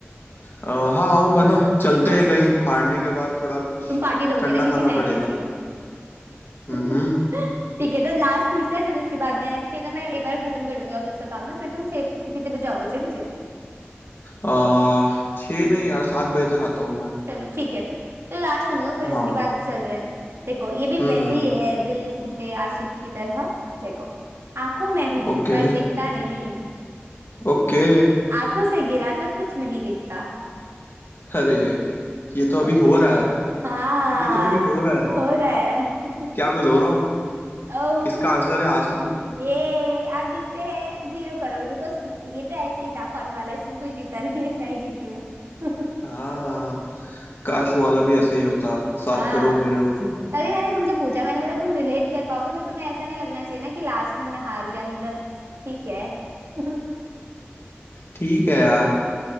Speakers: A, on the left; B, on the right.
A: अ, हाँ आऊंगा ना चलते
B: हाँ
A: हैं कहीं हारने के बाद थोड़ा कुछ
B: तुम पार्टी दोगे
A: ठंडा
B: ना क्योंकि
A: खाना
B: मैं
A: पड़ेगा
B: जीती हूँ <laughs>
A: हम्म
B: ठीक है तो लास्ट पूछते हैं फिर उसके बाद मैं फिर ना मैं एक बार खत्म कर लूंगी ऑफिस का काम ना फिर तुम छह कितने बजे आओगे छह बजे
A: आ छः नहीं यार सात बजे तक आता हूँ मैं
B: चलो ठीक है फिर तो लास्ट सुन लो फिर
A: हाँ
B: उसके बाद चल रहे हैं हम देखो ये भी वैसे
A: हम्म
B: ही है दिल टूटे आशिक की तरह देखो आंखों में हूं
A: ओके
B: पर दिखता नहीं
A: ओके
B: आंखों से गिरा तो कुछ नहीं दिखता
A: अरे ये
B: ये तो
A: तो
B: ब-
A: अभी हो रहा है
B: हाँ
A: ये तो अभी हो रहा है
B: हो रहा है <laughs>
A: क्या मैं रो रहा हूँ
B: ओ
A: इसका आंसर है आंसू
B: ये आप जीतते हैं जीरो करोड़ बिकॉज ये तो ऐसे ही था फन वाला इसमें कोई जीता नहीं है मैं ही जीती हूँ <laughs>
A: हाँ काश वाला भी ऐसे ही होता सात
B: हाँ
A: करोड़ मेरे होते
B: तभी मैंने तुमसे पूछा मैंने बोला तुम रिलेट कर पाओगे फिर तुम्हें ऐसा नहीं लगना चाहिए ना कि लास्ट में मैं हार गया मतलब ठीक है <laughs>
A: ठीक है यार